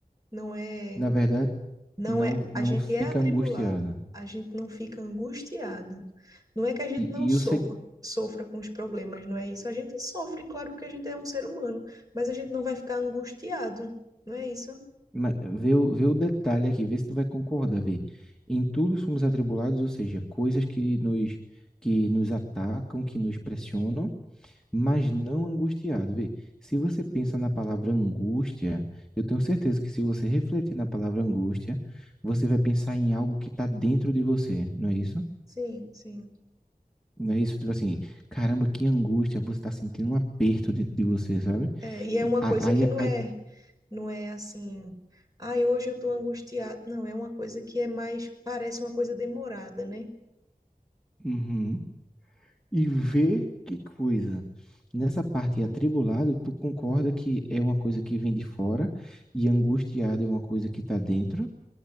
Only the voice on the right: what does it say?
Não é
Não
é,
a gente
é atribulado,
a gente não fica angustiado. Não é que a gente
não
sofra,
sofra com os problemas, não é isso? A gente sofre, claro, porque a gente é um ser humano, mas a gente não vai ficar angustiado, não é isso?
Sim, sim.
É, e é
uma
coisa que não
é, não é assim, ai, hoje eu estou angustiado. Não, é uma coisa que é mais, parece uma coisa demorada, né?